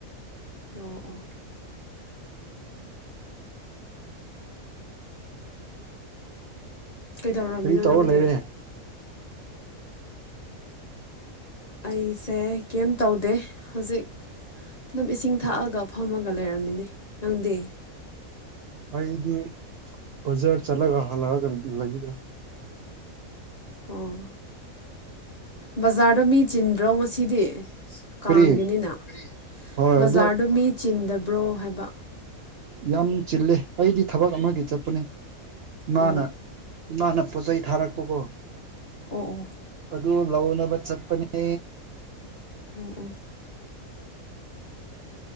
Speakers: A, on the left; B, on the right.
A: ꯑꯣ ꯑꯣ ꯀꯩꯗꯧꯔꯝꯃꯤꯅꯣ
B: ꯀꯔꯤ ꯇꯧꯔ
A: ꯅꯪꯗꯤ
B: ꯂꯩꯔꯦ
A: ꯑꯩꯁꯦ ꯀꯩꯝ ꯇꯧꯗꯦ ꯍꯧꯖꯤꯛ ꯑꯗꯨꯝ ꯏꯁꯤꯡ ꯊꯛꯑꯒ ꯐꯝꯃꯒ ꯂꯩꯔꯝꯃꯤꯅꯦ ꯅꯪꯗꯦ
B: ꯑꯩꯗꯤ ꯕꯖꯥꯔ ꯆꯠꯂꯒ ꯍꯜꯂꯛꯑꯒ ꯂꯩꯗ
A: ꯑꯣ ꯕꯖꯥꯔ ꯗꯣ ꯃꯤ ꯆꯤꯟꯗ꯭ꯔꯣ ꯉꯁꯤꯗꯤ ꯀꯥꯡꯒꯤꯅꯤꯅ
B: ꯀꯔꯤ
A: ꯀꯔꯤ
B: ꯍꯣꯏ
A: ꯕꯖꯥꯔꯗ
B: ꯑꯗꯨ
A: ꯃꯤ ꯆꯤꯟꯗꯕ꯭ꯔꯣ ꯍꯥꯏꯕ꯫
B: ꯌꯥꯝ ꯆꯤꯜꯂꯦ ꯑꯩꯗꯤ ꯊꯕꯛ ꯑꯃꯒꯤ ꯆꯠꯄꯅꯦ ꯏꯃꯥꯅ
A: ꯑꯣ
B: ꯏꯃꯥꯅ ꯄꯣꯠꯆꯩ ꯊꯥꯔꯛꯄꯀꯣ
A: ꯑꯣ ꯑꯣ
B: ꯑꯗꯨ ꯂꯧꯅꯕ ꯆꯠꯄꯅꯦ꯫
A: ꯑꯣ ꯑꯣ꯫